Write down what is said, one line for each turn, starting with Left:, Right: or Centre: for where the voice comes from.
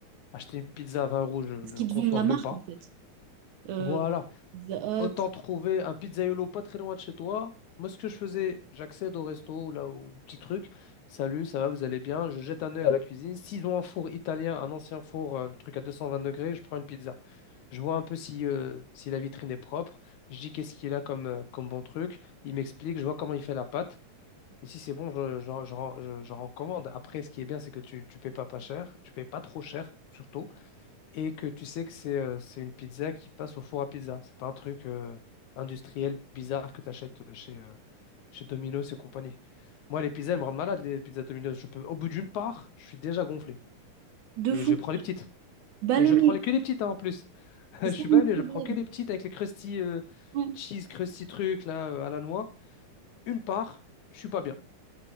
Left: Acheter une pizza à 20 euros, je ne
Right: Est-ce qu'ils
Left: conçois
Right: te vendent la
Left: même
Right: marque
Left: pas.
Right: en fait? Euh,
Left: Voilà,
Right: Pizza
Left: Autant
Right: Hut,
Left: trouver un pizzaiolo pas très loin de chez toi. Moi, ce que je faisais, j'accède au resto ou là au petit truc. Salut, ça va, vous allez bien? Je jette un œil à la cuisine. S'ils ont un four italien, un ancien four, euh, le truc à 220 degrés, je prends une pizza. Je vois un peu si, euh, si la vitrine est propre. Je dis qu'est-ce qu'il a comme, euh, comme bon truc. Il m'explique, je vois comment il fait la pâte. Et si c'est bon, je, je, je, je- je recommande. Après, ce qui est bien, c'est que tu, tu payes pas pas cher. Tu payes pas trop cher, surtout et que tu sais que c'est euh, c'est une pizza qui passe au four à pizza. C'est pas un truc euh, industriel bizarre que tu achètes chez, euh, chez Domino's et compagnie. Moi, les pizzas, elles me rendent malade, les pizzas Domino's. Je peux, au bout d'une part, je suis déjà gonflé.
Right: de
Left: Et
Right: fou,
Left: je prends les petites.
Right: ballonné,
Left: Et je prends les, que les petites, hein, en plus. <laughs> Je
Right: c'est
Left: suis
Right: ça mon
Left: balné,
Right: problème.
Left: je prends que les petites avec les crusty euh,
Right: Ouais,
Left: cheese, crusty trucs là, euh, à la noix. Une part, je suis pas bien.